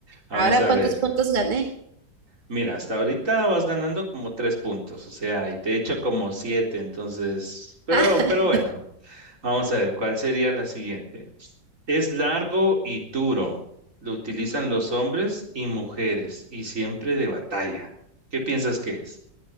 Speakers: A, on the right; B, on the right.
A: Vamos
B: ahora
A: a
B: cuántos
A: ver.
B: puntos gané.
A: Mira, hasta ahorita vas ganando como tres puntos, o sea, y te he hecho como siete, entonces, pero,
B: <laughs>
A: pero bueno, vamos a ver, ¿cuál sería la siguiente? Es largo y duro. Lo utilizan los hombres y mujeres y siempre de batalla. ¿Qué piensas que es?